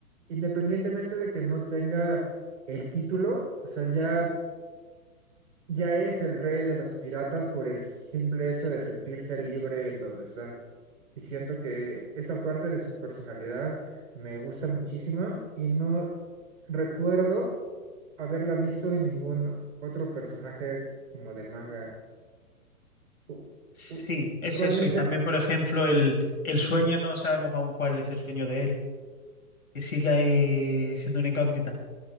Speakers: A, on the right; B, on the left.
A: independientemente de que no tenga el título, o sea, ya, ya es el rey de los piratas por el simple hecho de sentirse libre en donde está. Y siento que esa parte de su personalidad me gusta muchísimo y no recuerdo haberla visto en ningún otro personaje como de manga. U-
B: Sí,
A: u- Usualmente
B: es eso. Y también, por ejemplo, el, el sueño, no sabemos aún cuál es el sueño de él, que sigue ahí siendo una incógnita.